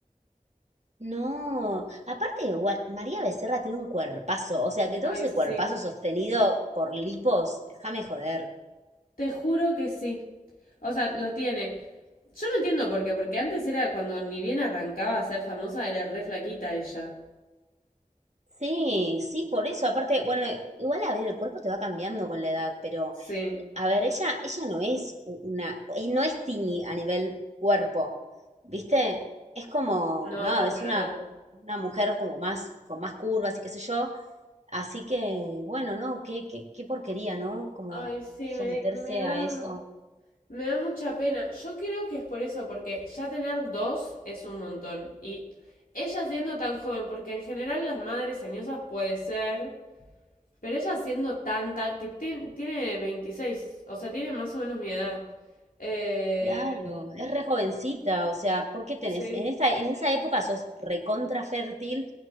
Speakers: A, on the right; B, on the left.
A: No, aparte igual, María Becerra tiene un cuerpazo, o sea que
B: Ay,
A: todo ese
B: sí.
A: cuerpazo sostenido por lipos, déjame joder.
B: Te juro que sí. O sea, lo tiene. Yo no entiendo por qué, porque antes era cuando ni bien arrancaba a ser famosa, era re flaquita ella.
A: Sí, sí, por eso, aparte, bueno, igual a ver, el cuerpo te va cambiando con la edad, pero
B: Sí.
A: a ver, ella, ella no es u- una, eh, no es tini a nivel cuerpo, ¿viste? Es como,
B: No,
A: no,
B: no,
A: es
B: para
A: una,
B: nada.
A: una mujer como más, con más curvas y qué sé yo, así que, bueno, no, qué, qué, qué porquería, ¿no? Como
B: Ay, sí,
A: someterse
B: me, me da.
A: a eso.
B: Me da mucha pena. Yo creo que es por eso, porque ya tener dos es un montón. Y ella siendo tan joven, porque en general las madres añosas puede ser, pero ella siendo tanta, tiene, veintiséis, o sea, tiene más o menos mi edad. Eh,
A: Claro, es re jovencita, o sea, ¿por qué tenés?
B: sí,
A: En esa, en esa época sos recontra fértil